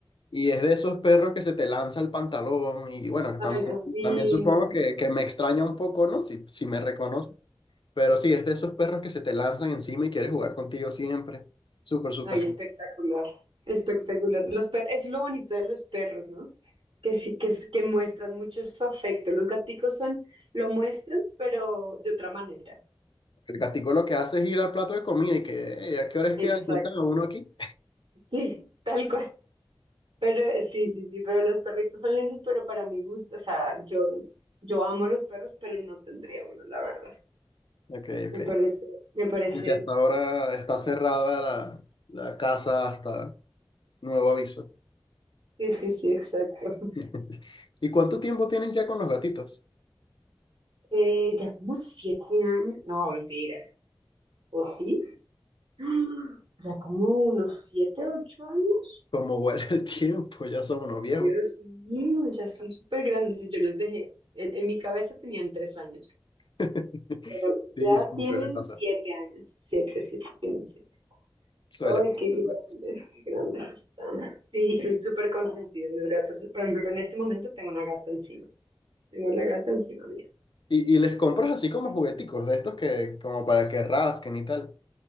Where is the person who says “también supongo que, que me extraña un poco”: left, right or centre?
Left